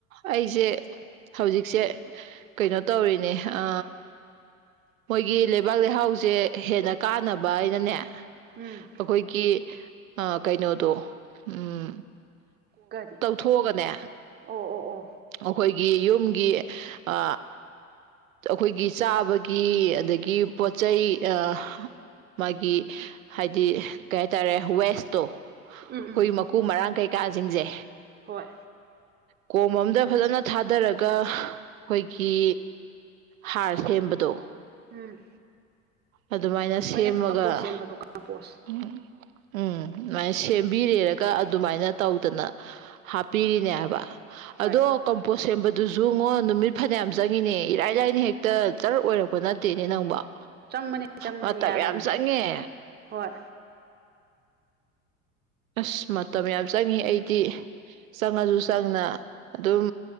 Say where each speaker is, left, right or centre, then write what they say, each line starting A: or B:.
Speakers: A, on the right; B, on the right.
A: ꯑꯩꯁꯦ ꯍꯧꯖꯤꯛꯁꯦ ꯀꯩꯅꯣ ꯇꯧꯔꯤꯅꯦ ꯑ ꯃꯣꯏꯒꯤ ꯂꯩꯕꯥꯛ ꯂꯩꯍꯥꯎꯁꯦ ꯍꯦꯟꯅ ꯀꯥꯟꯅꯕ ꯍꯥꯏꯅꯅꯦ
B: ꯎꯝ꯫
A: ꯑꯩꯈꯣꯏꯒꯤ ꯀꯩꯅꯣꯗꯣ ꯎꯝ
B: ꯀꯔꯤ
A: ꯊꯣꯛꯑꯒꯅꯦ
B: ꯑꯣ ꯑꯣ ꯑꯣ
A: ꯑꯩꯈꯣꯏꯒꯤ ꯌꯨꯝꯒꯤ ꯑ ꯑꯩꯈꯣꯏꯒꯤ ꯆꯥꯕꯒꯤ ꯑꯗꯒꯤ ꯄꯣꯠꯆꯩꯩ ꯑ ꯃꯥꯒꯤ ꯍꯥꯏꯗꯤ ꯀꯩ ꯍꯥꯏꯇꯥꯔꯦ ꯋꯦꯁꯇꯣ
B: ꯎꯝ
A: ꯑꯩꯈꯣꯏ
B: ꯎꯝ
A: ꯃꯀꯨ ꯃꯔꯥꯡ ꯀꯩꯀꯥꯁꯤꯡꯁꯦ
B: ꯍꯣꯏ
A: ꯀꯣꯝ ꯑꯝꯗ ꯐꯖꯅ ꯊꯥꯗꯔꯒ ꯑꯩꯈꯣꯏꯒꯤ ꯍꯥꯔ ꯁꯦꯝꯕꯗꯣ
B: ꯎꯝ꯫
A: ꯑꯗꯨꯃꯥꯏꯅ ꯁꯦꯝꯃꯒ
B: ꯍꯣꯏꯅꯦ ꯀꯝꯄꯣꯁ ꯁꯦꯝꯕꯗꯣ ꯀꯝꯄꯣꯁ
A: ꯎꯝ ꯎꯝ ꯑꯗꯨꯃꯥꯏꯅ ꯁꯦꯝꯕꯤꯔꯦꯔꯒ ꯑꯗꯨꯃꯥꯏꯅ ꯇꯧꯗꯅ ꯍꯥꯞꯄꯤꯔꯤꯅꯦ ꯍꯥꯏꯕ
B: ꯍꯣꯏ
A: ꯑꯗꯣ ꯀꯝꯄꯣꯁ ꯁꯦꯝꯕꯗꯨꯁꯨꯉꯣ ꯅꯨꯃꯤꯠ ꯐꯅꯌꯥꯝ ꯆꯪꯉꯤꯅꯦ ꯏꯔꯥꯏ ꯂꯥꯏꯅ ꯍꯦꯛꯇ ꯆꯔ ꯑꯣꯏꯔꯛꯄ ꯅꯠꯇꯦꯅꯦ ꯅꯪꯕꫭ
B: ꯆꯪꯕꯅꯤ ꯆꯪꯕꯅꯤ
A: ꯃꯇꯝ
B: ꯌꯥꯗꯕꯅꯤ
A: ꯌꯥꯝ ꯆꯪꯉꯦ
B: ꯍꯣꯏ
A: ꯑꯁ ꯃꯇꯝ ꯌꯥꯝ ꯆꯪꯉꯦ ꯑꯩꯗꯤ ꯆꯪꯉꯁꯨ ꯆꯪꯅ ꯑꯗꯨꯝ